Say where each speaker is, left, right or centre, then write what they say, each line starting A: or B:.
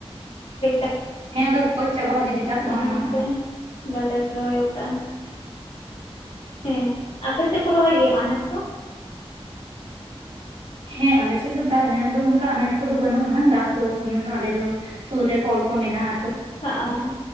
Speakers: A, on the left; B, on the right.
A: <inaudible>
B: ᱦᱮᱸ ᱟᱫᱚ ᱜᱚᱡ ᱪᱟᱵᱟᱜᱼᱟ ᱡᱩᱫᱤ᱾ ᱫᱟᱜ ᱵᱟᱢ
A: ᱚᱱᱟ
B: ᱮᱢᱟᱜᱼᱟ
A: ᱛᱮ ᱵᱟᱞᱮ ᱨᱚᱦᱚᱭ ᱠᱟᱜᱼᱟ᱾ ᱮᱸ ᱟᱯᱮ ᱥᱮᱜ ᱠᱚ ᱨᱚᱦᱚᱭ ᱜᱮᱭᱟ ᱟᱱᱟᱡ ᱠᱚ?
B: ᱦᱮᱸ ᱟᱞᱮ ᱥᱮᱜ ᱫᱚ ᱫᱟᱜ ᱦᱮᱱᱟᱜ ᱫᱚ ᱚᱱᱠᱟ ᱟᱱᱟᱴ ᱠᱚᱫᱚ ᱵᱟᱹᱱᱩᱜᱼᱟ ᱦᱟᱸᱜ ᱫᱟᱜ ᱫᱚ, ᱩᱢ ᱟᱞᱮ ᱫᱚ ᱥᱩᱨ ᱨᱮ ᱠᱚᱞ ᱠᱚ ᱢᱮᱱᱟᱜᱼᱟ ᱛᱚ᱾
A: ᱟᱸᱼᱟ